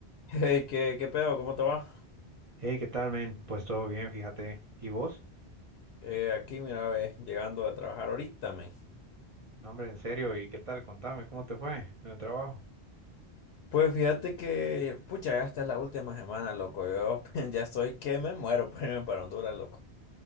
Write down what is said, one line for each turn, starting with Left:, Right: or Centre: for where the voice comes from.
Left: Hey, ¿qué, qué pedo? ¿Cómo te va?
Right: Hey, ¿qué tal, men? Pues todo bien, fíjate. ¿Y vos?
Left: Eh, aquí, mira, ve, llegando a trabajar ahorita, men.
Right: No, hombre, en serio, ¿y qué tal? Contame, ¿cómo te fue en el trabajo?
Left: Pues fíjate que, pucha, esta es la última semana, loco. Yo <laughs> ya estoy que me muero <laughs> por irme para Honduras, loco.